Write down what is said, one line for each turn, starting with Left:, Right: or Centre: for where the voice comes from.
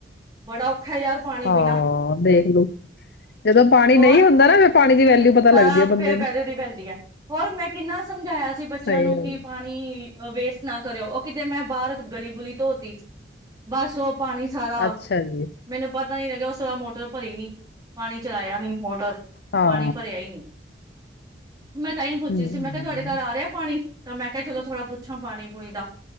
Right: ਬੜਾ ਔਖਾ ਯਾਰ ਪਾਣੀ
Left: ਹਾਂ
Right: ਬਿਨਾਂ
Left: ਦੇਖਲੋ ਜਦੋਂ ਪਾਣੀ
Right: ਹੋਰ
Left: ਨਹੀਂ ਹੁੰਦਾ ਨਾ ਫਿਰ ਪਾਣੀ ਦੀ ਵੈਲਿਊ ਪਤਾ ਲੱਗਦੀ
Right: ਹਾਂ
Left: ਹੈ ਬੰਦੇ
Right: ਫਿਰ <unintelligible>
Left: ਨੂੰ
Right: ਪੈਂਦੀ ਹੈ ਹੋਰ ਮੈਂ ਕਿੰਨਾ ਸਮਝਾਇਆ ਸੀ ਬੱਚਿਆਂ
Left: ਸਹੀ
Right: ਨੂੰ
Left: ਗੱਲ,
Right: ਕਿ ਪਾਣੀ ਵੇਸਟ ਨਾ ਕਰਿਓ ਉਹ ਕਿਤੇ ਮੈਂ ਬਹਾਰੋਂ ਗਲੀ-ਗੁਲੀ ਧੋਤੀ ਬਸ ਉਹ - ਪਾਣੀ, ਸਾਰਾ
Left: ਅੱਛਾ ਜੀ
Right: ਮੈਨੂੰ ਪਤਾ ਪਤਾ ਨੀ ਲੱਗਿਆ, ਉਸ ਬਾਦ ਮੋਟਰ ਭਰੀ ਨੀ ਪਾਣੀ ਚਲਾਇਆ ਨੀ ਮੋਟਰ
Left: ਹਾਂ
Right: ਉਹ ਪਾਣੀ ਭਰਿਆ ਹੀ ਨਹੀਂ ਮੈਂ ਤਾਂ ਹੀ ਪੁੱਛੀ
Left: ਹੂੰ
Right: ਰਹੀ ਸੀ, ਮੈਂ ਕਿਹਾ ਤੁਹਾਡੇ ਘਰ ਆ ਰਿਹਾ ਹੈ ਪਾਣੀ ਤਾਂ ਮੈਂ ਕਿਹਾ ਥੋੜਾ ਪੁੱਛ ਪੱਛਾ ਪਾਣੀ, ਪੂਣੀ ਦਾ।